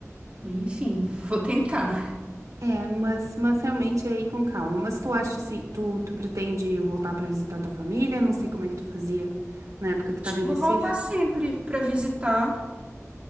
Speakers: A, on the right; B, on the right.
A: Enfim, <laughs> vou tentar.
B: É, mas, mas realmente é aí com calma. Mas tu acha assim, tu, tu pretende voltar pra visitar tua família? Não sei como é que tu fazia na época que tava
A: Acho que
B: em
A: eu
B: Recife.
A: vou voltar sempre pra visitar,